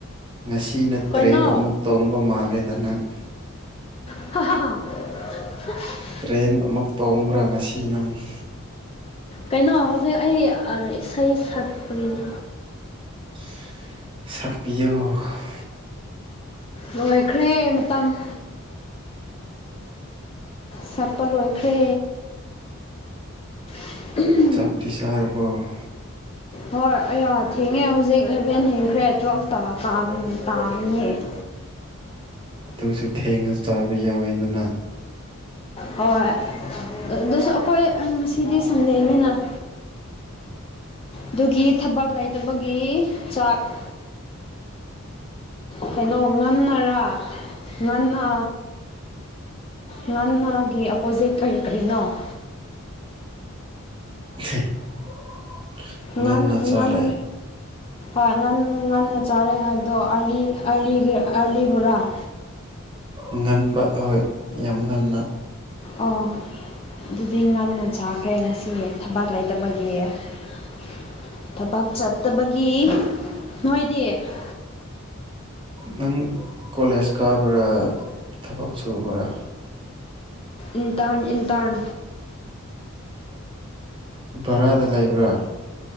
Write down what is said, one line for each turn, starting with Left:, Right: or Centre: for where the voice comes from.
Right: ꯉꯁꯤ ꯅ
Left: ꯀꯩꯅꯣ
Right: ꯇ꯭ꯔꯦꯟ ꯑꯃꯨꯛ ꯇꯣꯡꯕ ꯃꯥꯜꯂꯦꯗ ꯅꯪ ꯫
Left: <unintelligible>
Right: ꯇ꯭ꯔꯦꯟ ꯑꯃꯨꯛ ꯇꯣꯡꯕ꯭ꯔꯥ ꯉꯁꯤ ꯅꯪ ꯫
Left: ꯀꯩꯅꯣ ꯍꯧꯖꯤꯛ ꯑꯩ ꯏꯁꯩ ꯁꯛꯄꯒꯤꯅꯦ
Right: ꯁꯞꯄꯤꯌꯣ ꯫
Left: ꯂꯣꯏꯈ꯭ꯔꯦ ꯃꯇꯝ ꯁꯛꯄ ꯂꯣꯏꯈ꯭ꯔꯦ <unintelligible>
Right: ꯆꯥꯛꯇꯤ ꯆꯥꯔꯕꯣ ꯫
Left: ꯍꯣꯏ ꯑꯩꯌꯥ ꯊꯦꯡꯉꯦ ꯍꯧꯖꯤꯛ ꯏꯂꯚꯦꯟ ꯍꯤꯡꯈ꯭ꯔꯦ ꯇꯨꯌꯦꯜꯐ ꯇꯥ ꯇꯥꯒꯅꯤꯌꯦ ꯫
Right: ꯑꯗꯨꯁꯨ ꯊꯦꯡꯅ ꯆꯥꯕ ꯌꯥꯎꯋꯦꯗꯅ ꯫
Left: ꯍꯣꯏ ꯑꯗꯨꯁꯨ ꯑꯩꯈꯣꯏ ꯉꯁꯤꯗꯤ ꯁꯟꯗꯦꯅꯤꯅ ꯫ ꯑꯗꯨꯒꯤ ꯊꯕꯛ ꯂꯩꯇꯕꯒꯤ ꯆꯥꯛ ꯫ ꯀꯩꯅꯣ ꯉꯟꯅꯔꯥ ꯉꯟꯅ ꯉꯥꯟꯅꯒꯤ ꯑꯄꯣꯖꯤꯠꯇ ꯑꯣꯏ ꯀꯔꯤꯅꯣ ꯫
Right: <unintelligible>
Left: ꯉꯟ
Right: ꯆꯥꯔꯦ
Left: ꯉꯟ ꯍꯣꯏ ꯉꯟ ꯉꯟꯅ ꯆꯥꯔꯦ ꯍꯥꯏꯕꯗꯣ ꯑꯥꯂꯤ ꯑꯥꯂꯤꯒꯤ ꯑꯥꯂꯤ ꯕꯨꯔꯥ ꯫
Right: ꯉꯟꯕ ꯍꯣꯏ ꯌꯥꯝ ꯉꯟꯅ
Left: ꯑꯣ ꯑꯗꯨꯗꯤ ꯉꯟꯅ ꯆꯥꯈ꯭ꯔꯦ ꯉꯁꯤ ꯊꯕꯛ ꯂꯩꯇꯕꯒꯤ ꯫ ꯊꯕꯛ ꯆꯠꯇꯕꯒꯤ ꯅꯣꯏꯗꯤ ꯫
Right: ꯅꯪ ꯀꯣꯂꯦꯖ ꯀꯥꯕ꯭ꯔꯥ ꯊꯕꯛ ꯁꯨꯕ꯭ꯔꯥ ꯫
Left: ꯏꯟꯇꯥꯟ ꯏꯟꯇꯥꯟ
Right: <inaudible> ꯕꯔꯥꯗ ꯂꯩꯕ꯭ꯔꯥ